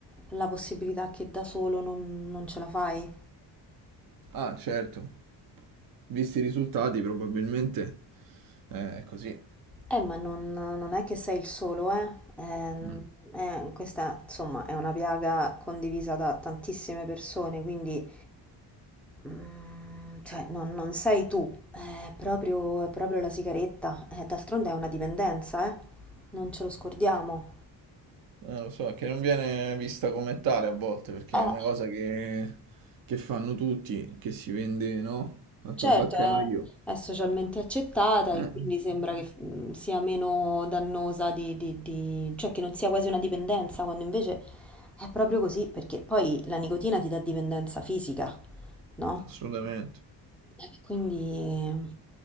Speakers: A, in the centre; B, on the right.
A: la possibilità che da solo non, non ce la fai?
B: Ah, certo. Visti i risultati, probabilmente. Eh, è così.
A: Eh, ma non, non è che sei il solo, eh? Ehm,
B: Mm.
A: eh, questa, insomma, è una piaga condivisa da tantissime persone, quindi, mm, cioè, non, non sei tu, è proprio, è proprio la sigaretta. Eh, d'altronde è una dipendenza, eh? Non ce lo scordiamo.
B: Eh, lo so, che non viene vista come tale a volte, perché
A: Eh.
B: è una cosa che, che fanno tutti, che si vende, no? Al
A: Certo,
B: tabaccaio.
A: è, è socialmente accettata
B: Eh,
A: e quindi sembra che mm, sia meno dannosa di, di- di- cioè che non sia quasi una dipendenza, quando invece è proprio così, perché poi la nicotina ti dà dipendenza fisica, no?
B: assolutamente.
A: Eh, Quindi,